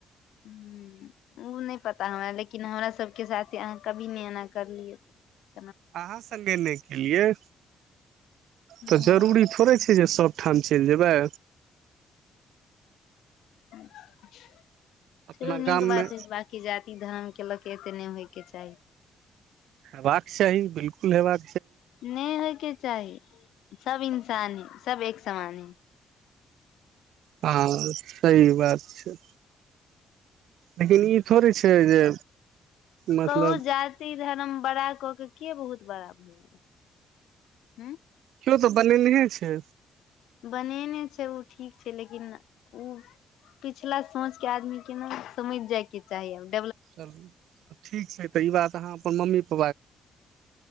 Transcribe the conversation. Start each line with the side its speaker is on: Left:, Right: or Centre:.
Left: ह ओ नहि पता हमरा लेकिन हमरा सब के साथ अहाँ कभी नहि एना करलियए त
Right: अहाँ सङ्गे नहि केलियै तऽ
Left: हँ
Right: जरूरी थोड़े छै जे सभ ठाम चलि जेबै
Left: ह चलू
Right: अपना
Left: नीक
Right: गाममे
Left: बात है बाँकी जाति धर्म केलक एते नहि होय के चाही
Right: हेबाक साही बिलकुल हे ब
Left: नहि होयके चाही सब इन्सान है सब एक समान है
Right: हँ सही बात छै देखिन ई छै से जे मतलब
Left: कहू जाति धरम बड़ा क। के बहुत बड़ा भूल ह।
Right: केओ तऽ बनेलहे छै।
Left: बनेने छै ओ ठीक छै लेकिन ओ पिछला सोच के आदमी के ने समझ जायके चाहीभ
Right: चलू ठीक छै तऽ ई बात अहाँ अपन मम्मी। <inaudible>